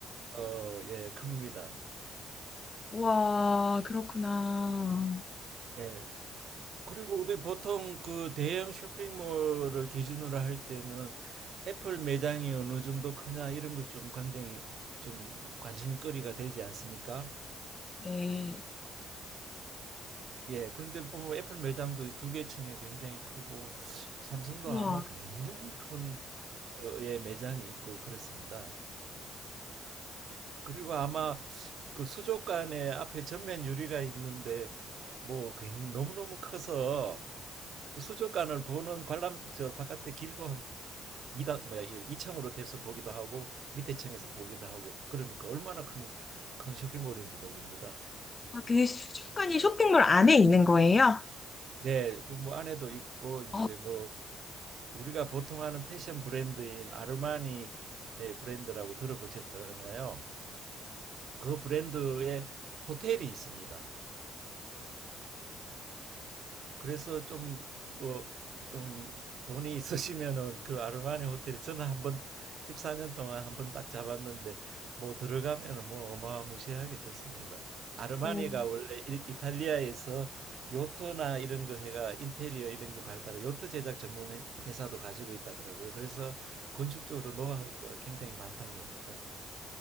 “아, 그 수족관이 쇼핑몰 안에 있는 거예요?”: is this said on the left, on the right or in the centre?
Left